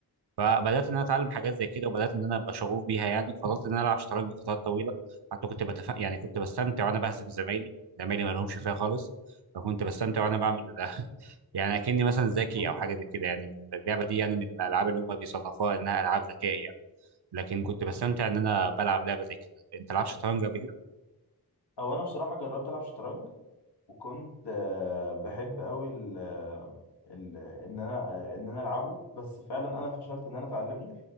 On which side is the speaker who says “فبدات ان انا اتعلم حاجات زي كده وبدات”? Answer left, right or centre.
Right